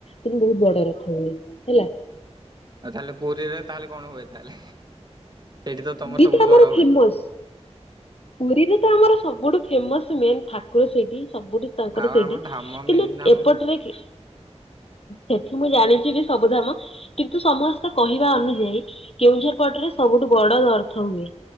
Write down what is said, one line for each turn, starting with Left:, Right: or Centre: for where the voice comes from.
Left: କିନ୍ତୁ ବହୁତ୍ ବଡ ରଥ ହୁଏ ହେଲା।
Right: ଆଉ ତାହେଲେ ପୁରୀରେ ତାହେଲେ କଣ ହୁଏ ତାହେଲେ। ସେଇଠି ତ ତମର
Left: ଏଇଟି
Right: ସବୁଠୁ
Left: ଆମର
Right: ବଡ ହୁଏ
Left: ଫେମସ୍। ପୁରୀରେ ତ ଆମର ସବୁଠୁ ଫେମସ୍ ମେନ୍ ଠାକୁର ସେଇଠି ସବୁଠୁ ତାଙ୍କର
Right: ଆଉ
Left: ସେଇଟି
Right: ଆମ ଧାମ ମେନ୍
Left: କିନ୍ତୁ
Right: ଧାମ
Left: ଏପଟରେ କିଏ? ସେଠି ମୁଁ ଜାଣିଚି ବି ସବୁ ଧାମ। କିନ୍ତୁ ସମସ୍ତେ କହିବା ଅନୁଯାୟୀ କେଉଁଝର ପଟରେ ସବୁଠୁ ବଡ <unintelligible> ରଥ ହୁଏ